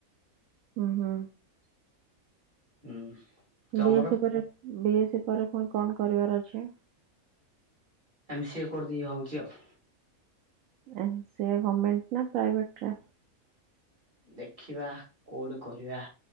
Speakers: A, on the right; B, on the right.
A: ଉଁ ହୁଁ।
B: ହୁଁ। ତମର
A: ବିଏସି ପରେ ବିଏସି ପରେ ପୁଣି କଣ କରିବାର ଅଛି?
B: ଏମ୍ ସିଏ କରିଦେବି ହଉଚି ଆଉ।
A: ଏମ୍ ସିଏ ଗମେଣ୍ଟନା ପ୍ରାଇଭେଟରେ?
B: ଦେଖିବା କୋଉଠି କରିବା